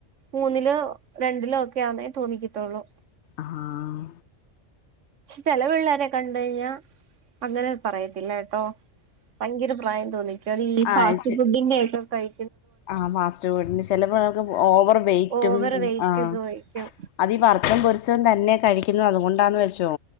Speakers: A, on the right; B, on the left.
A: മൂന്നിലോ രണ്ടിലോ ഒക്കെ ആന്നേ തോന്നിക്കത്തുള്ളൂ
B: ആഹ്
A: ചെല പിള്ളേരെ കണ്ടഴിഞ്ഞാ അങ്ങനെ പറയത്തില്ല എട്ടോ പയങ്കര പ്രായം തോന്നിക്യുഅതില്ലി ഫാസ്റ്റ്
B: ആഴ്ച
A: ഫുഡ്ഡിന്റെക്കെ കഴി
B: ആഹ് ഫാസ്റ്റ് ഫുഡിന്റെ ചെലപിള്ളർക്ക് ഓവർ വെയിറ്റും
A: ഓവർ വെയിറ്റ്
B: ആഹ്
A: ഒക്കെ കഴിക്കും
B: അത് ഈ വർത്തതും പൊരിച്ചതും തന്നെ കഴിക്യുന്നു അത് കൊണ്ടാന്ന് വെച്ചോ